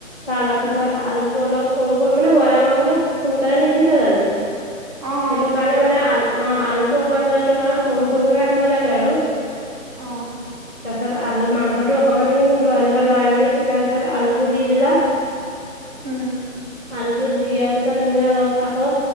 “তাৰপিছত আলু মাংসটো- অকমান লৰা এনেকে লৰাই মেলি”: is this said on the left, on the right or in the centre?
Centre